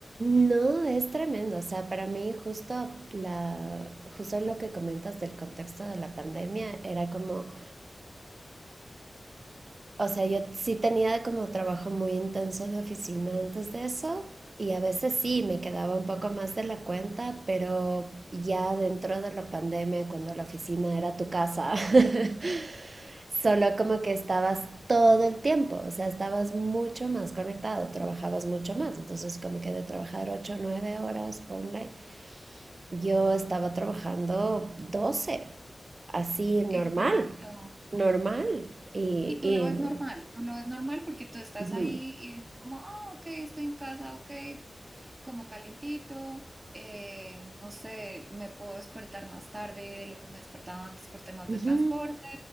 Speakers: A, on the right; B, on the right.
A: No, es tremendo. O sea, para mí justo la, justo en lo que comentas del contexto de la pandemia, era como, o sea, yo sí tenía como trabajo muy intenso de oficina antes de eso y a veces sí me quedaba un poco más de la cuenta, pero ya dentro de la pandemia, cuando la oficina era tu casa, <laughs> Solo como que estabas todo el tiempo, o sea, estabas mucho más conectado, trabajabas mucho más. Entonces, como que de trabajar 8 o 9 horas, ponle, yo estaba trabajando 12 así normal,
B: Exacto.
A: normal. Y,
B: Y tú
A: y
B: lo ves
A: no.
B: normal, tú lo ves normal porque tú estás
A: Ujú,
B: ahí y es como, ah, ok, estoy en casa, ok, como calientito, eh, no sé, me puedo despertar más tarde de lo que me despertaba antes por temas
A: ujú,
B: de transporte.